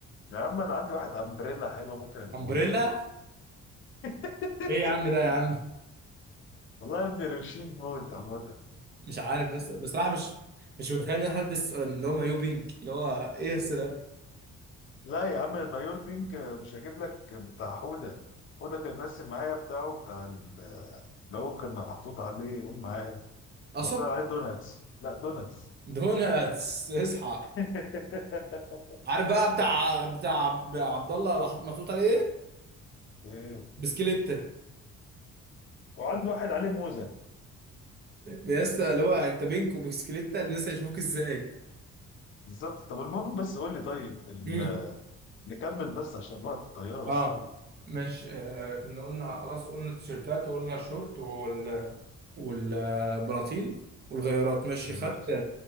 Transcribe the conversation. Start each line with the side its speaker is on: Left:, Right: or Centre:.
Left: يا عم انا عندي واحد امبريلا حلو ممكن اجيبه
Right: <laughs> امبريلا
Left: لك <laughs>
Right: ايه يا عم ده يا عم
Left: والله يا ابني روشين موت عامة
Right: مش عارف بس بصراحه مش مش متخيل ان انا هلبس آه، اللي هو مايو بينك اللي هو ايه الس ده
Left: لا يا عم المايو البينك مش هجيب لك بتاع حودة حودة كان ماسك معايا بتاعه بتاع ال- اللي هو كان محطوط عليه قول معايا
Right: قصب
Left: ما طلع عليه دوناتس لا دوناتس
Right: دوناتس اصحى
Left: <laughs>
Right: عارف بقى بتاع بتاع عبد الله محطوط عليه ايه
Left: إيه.
Right: بسكليت
Left: وعنده واحد عليه موزة
Right: يا اسطى اللي هو انت بينك وبسكليتة الناس هيشوفوك ازاي
Left: بالظبط طب المهم بس قول لي طيب ال-
Right: امم
Left: نكمل بس عشان وقت الطيارة بس
Right: اه
Left: قرب
Right: مش آه كنا قلنا خلاص قلنا التيشيرتات وقلنا الشورت وال والبناطيل والغيارات ماشي
Left: بالظبط
Right: خدت